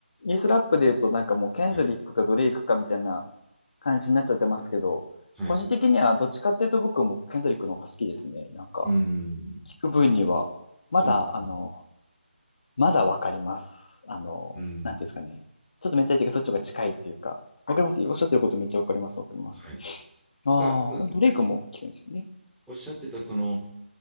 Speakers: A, on the left; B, in the centre.
A: イエスラップで言うとなんかもうケンドリックかドレイクかみたいな
B: はい。
A: 感じになっちゃってますけど、
B: はい
A: 個人的にはどっちかっていうと僕もケンドリックの方が好きですね。なんか、
B: うん。
A: 聞く分には、まだ、
B: そうですね。
A: あの、まだわかります。あの、
B: うん。
A: なんていうんですかね。ちょっとメンタリティがそっちの方が近いっていうか、わかりますおっしゃってることめっちゃわかります。わかります。
B: はい。
A: ああ、
B: だからそうですね。
A: でもドレイクも聞くんですよね。
B: さっきおっしゃってた、その、